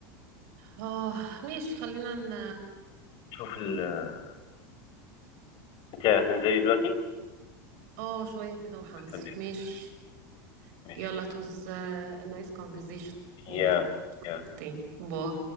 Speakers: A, on the right (about 65°); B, on the left (about 50°).
A: اه ماشي خلينا ن...
B: شوف ال آه، انت هتنزلي دلوقتي
A: اه شوية كده وحنصل
B: صدقني
A: ماشي
B: ماشي
A: يلا it was uh, a nice conversation
B: يا
A: يلا
B: يا
A: تاني باي